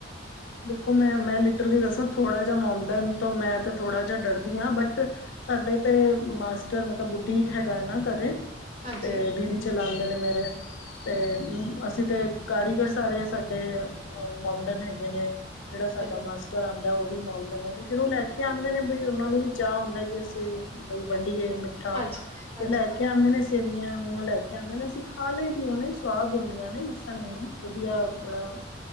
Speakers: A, on the left (about 75°); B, on the right (about 30°).
A: ਦੇਖੋ ਮੈਂ ਮੈਂ ਲਿਟਰਲੀ ਦੱਸਾਂ ਥੋੜਾ ਜਾ ਮੋਮਡਨ ਤੋਂ ਮੈਂ ਤੇ ਥੋੜਾ ਜਾ ਡਰਦੀ ਆ ਬਟ ਸਾਡੇ ਤੇ ਮਾਸਟਰ ਮਤਲਬ ਬੁਟੀਕ ਹੈਗਾ ਐ ਨਾ ਘਰੇ
B: ਹਾਂਜੀ
A: ਤੇ ਦੀਦੀ ਚਲਾਂਦੇ ਨੇ ਮੇਰੇ ਤੇ ਅਸੀਂ ਤੇ ਕਾਰੀਗਰ ਸਾਰੇ ਸਾਡੇ ਮੋਮਡਨ ਹੈਗੇ ਨੇ ਜੇੜਾ ਸਾਡਾ
B: ਹਾਂਜੀ
A: ਮਾਸਟਰ ਆਂਦਾ ਓ ਓ ਵੀ ਮਾਉਡਨ ਐ ਤੇ ਫਿਰ ਓ ਲੈ ਕੇ ਆਂਦੇ ਨੇ ਬਈ ਓਨਾ ਨੂੰ ਵੀ ਚਾਅ ਹੁੰਦਾ ਕਿ ਅਸੀਂ ਬਈ ਵੰਡੀਏ ਮਿੱਠਾ
B: ਹਾਂਜੀ ਹਾਂਜੀ
A: ਤੇ ਲੈ ਕੇ ਆਂਦੇ ਨੇ ਸੇਵੀਆਂ ਵਿਆਂ ਲੈ ਕੇ ਆਂਦੇ ਨੇ ਅਸੀਂ ਖਾ ਲਈ ਦੀਆਂ ਨੇ ਸਵਾਦ ਹੁੰਦੀਆਂ ਨੇ ਐਸਾ ਨੀ ਐ ਵਧੀਆ ਬੜਾ